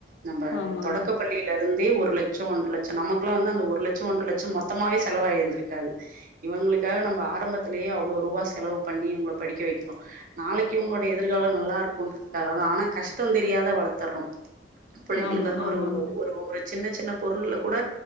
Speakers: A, on the right; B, on the left.
A: நம்ப
B: ஆமாங்க.
A: தொடக்க பள்ளியில இருந்தே ஒரு ஒரு லட்சம் ஒன்ற லட்சம் நமக்கல்லாம் வந்து அந்த ஒரு லட்சம் ஒன்ற லட்சம் மொத்தமாவே செலவாயிருந்திருக்காது இவளுக்காக நம்ம ஆரம்பத்திலேயே அவ்ளோ ரூபா செலவு பண்ணி இவங்கள படிக்க வைக்கிறோம் நாளைக்கு இவங்களோட எதிர்காலம் நல்லா இருக்குன்ற அத அதான் ஆனா கஷ்டம் தெரியாத வளர்த்தர்றோம் புள்ளைங்களுக்கு
B: ஆமா,
A: வந்து
B: ஆமாங்க.
A: ஒரு ஒரு ஒரு சின்ன சின்ன பொருள்ள கூட